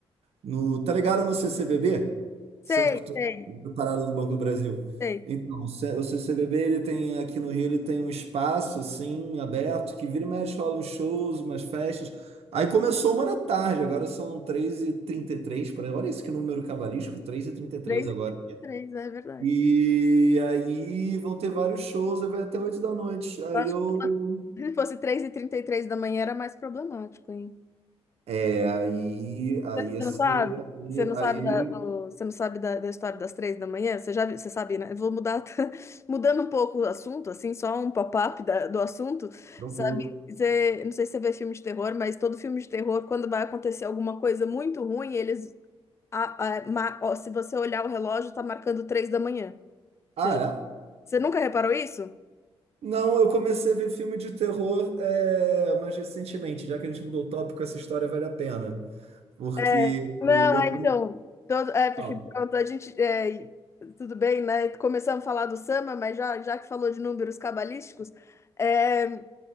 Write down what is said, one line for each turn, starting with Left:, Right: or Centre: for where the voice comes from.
Right: no. Tá ligado no CCBB?
Left: Sei,
Right: Centro Cultural
Left: sei,
Right: da Parada do Banco do Brasil.
Left: sei.
Right: Então, o C- o CCBB, ele tem aqui no Rio, ele tem um espaço assim, aberto, que vira e mexe, rola uns shows, umas festas. Aí começou uma da tarde, agora são 3h33, por aí. Olha esse que número cabalístico, três e trinta e três
Left: Três
Right: agora.
Left: e trinta e três, é verdade.
Right: E aí vão ter vários shows, aí vai até 8 da noite. Aí
Left: Eu acho
Right: eu.
Left: que se fosse três e trinta e três da manhã era mais problemático, hein?
Right: É, aí. Aí
Left: Você
Right: ia ser.
Left: não sabe?
Right: Aí.
Left: Você não
Right: aí
Left: sabe da, do- você não sabe da, da história das três da manhã? Você já, vi- você sabe, né? Eu vou mudar, <laughs> mudando um pouco o assunto, assim, só um pop-up da- do assunto,
Right: tranquilo.
Left: sabe? Você, não sei se você vê filme de terror, mas todo filme de terror, quando vai acontecer alguma coisa muito ruim, eles a- a- ma- ó, se você olhar o relógio, tá marcando três da manhã.
Right: Ah,
Left: Você, já-
Right: é?
Left: você nunca reparou isso?
Right: Não, eu comecei a ver filme de terror é, mais recentemente, já que a gente mudou o tópico, essa história vale a pena. Porque
Left: É, não,
Right: eu
Left: é,
Right: tenho.
Left: então, Todo, é, porque
Right: Fala.
Left: pronto, a gente. é, e- tudo bem, né? Começamos a falar do Samba, mas já, já que falou de números cabalísticos, é,